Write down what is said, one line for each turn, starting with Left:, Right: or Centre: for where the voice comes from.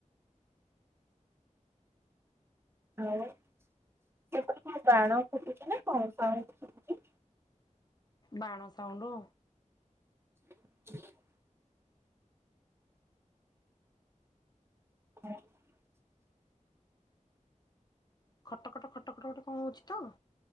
Right: ଆଉ ସେପଟ କଣ ବାଣ ଫୁଟୁଛି ନା କଣ ସାଉଣ୍ଡ ଶୁବୁଛି।
Left: ବାଣ ସାଉଣ୍ଡ।
Right: <unintelligible> <unintelligible>
Left: ଖଟ ଖଟ ଖଟ ଖଟ ଗୋଟେ କଣ ହଉଛି।